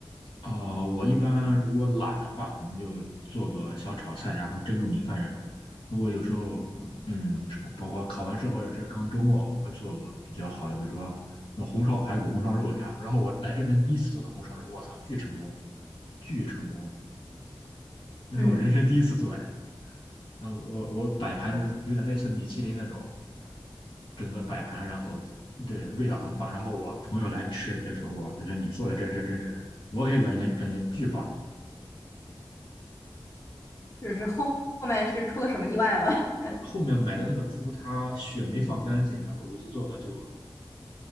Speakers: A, on the left; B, on the left.
A: 啊、我一般如果懒的话，可能就做个小炒菜，然后蒸个米饭这种。如果有时候，嗯，是包括考完试或者是刚周末，我会做个比较好的，比如说呃红烧排骨、红烧肉呀。然后我来这边第一次做的红烧肉，我操，巨成功，巨成功！那是我人生第一次做呀。
B: 嗯，
A: 呃，我我摆盘就有点类似米其林那种，
B: 对，
A: 整个摆盘，然后对味道很棒。然后我朋友来吃，他说我，他说你做的这是真是，我也感觉感觉巨棒。
B: 就是后后面是出了什么意外吗？<laughs>
A: 后面买的那个猪，它血没放干净，然后一次做的就